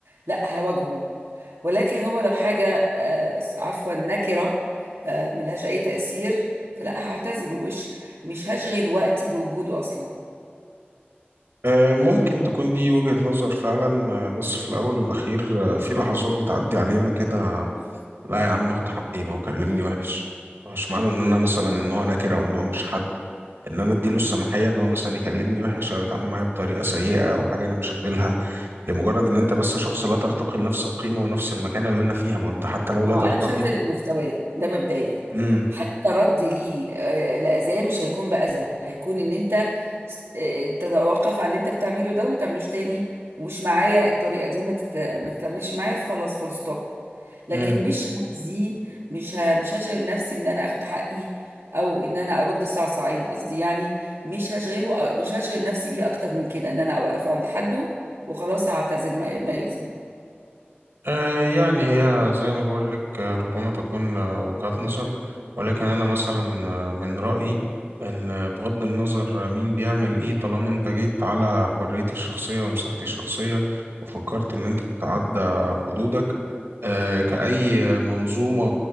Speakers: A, on the right; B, on the right.
A: لا هواجهه ولكن هو لو حاجة آه، عفوا نكرة آه، ملهاش أي تأثير فلا هعتزله مش مش هشغل وقتي بوجوده أصلا
B: آه، ممكن تكون دي وجهة نظر فعلا آه، بس في الأول والأخير آه، في لحظات بتعدي علينا كده لا يا عم اخد حقي ما هو كلمني وحش مش معنى إن أنا مثلا إن هو نكرة وإن هو مش حد إن أنا أديله السماحية إن هو مثلا يكلمني وحش أو يتعامل معايا بطريقة سيئة أو حاجة أنا مش قابلها لمجرد إن أنت بس شخص لا ترتقي لنفس القيمة ونفس المكانة اللي أنا فيها ما أنت حتى لو
A: ما
B: لا
A: هو
B: ترتقي
A: انا مش هنزل لمستواه ده مبدئيا
B: امم
A: حتى رد ليه آه، لاذاه مش هيكون باذى هيكون ان انت س- آه، تتوقف على اللي انت بتعمله ده وما تعملوش تاني ومش معايا الطريقه دي ما تت... ما تكملش معايا فخلاص فول ستوب لكن
B: امم.
A: مش هأذيه مش ه... مش هشغل نفسي بان انا اخد حقي او ان انا ارد صعصعين قصدي يعني مش هشغله مش هشغل نفسي بيه اكتر من كده ان انا اوقف عند حده وخلاص هعتزل ما ما يؤذيني
B: آه، يعني هي زي ما بقولك آه، ربما تكون آه، وجهات نظر ولكن أنا مثلا آه، من رأيي إن آه، بغض النظر آه، مين بيعمل إيه طالما أنت جيت على حريتي الشخصية ومساحتي الشخصية وفكرت إن أنت تتعدى حدودك آه، كأي منظومة